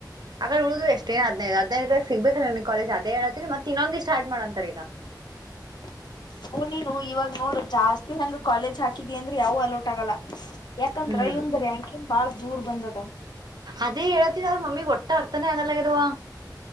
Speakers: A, on the right (about 70°); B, on the left (about 75°).
A: ಆಗ ಉಳಿದ್ದು ಎಷ್ಟೇನ್ ಹದ್ದುದ್ದಾಗ ಸಿಗ್ಬೇಕಲ್ಲ ನೀವ್ಗೆ ಕಾಲಜ ಅದೇಳ್ತಿನನ ಮತ್ತ ಇನ್ನೊಂದು ಸ್ಟಾರ್ಟ್ ಮಾಡ ಅಂತರ್ ಈಗ.
B: <inaudible> ಓ ನೀನು ಇವಾಗ ನೋಡ ಜಾಸ್ತಿ ನಂಗ ಕಾಲೇಜ್ ಹಾಕಿದಿ ಅಂದ್ರೆ ಯಾವ ಅಲೋಟ್ ಆಗಲ್ಲ ಯಾಕಂದ್ರಯಂದ್ರೀ
A: ಹ್ಮ್
B: ಅಂಕಿಂಗ ಬಾಳ ದೂರ್ ಬಂದದ
A: ಅದೇ ಹೇಳೇತಿರ ಅವ್ರ ಮಮ್ಮಿ ಒಟ್ಟ ಅರ್ಥನೇ ಆಗಲ್ಲಗದವಾ.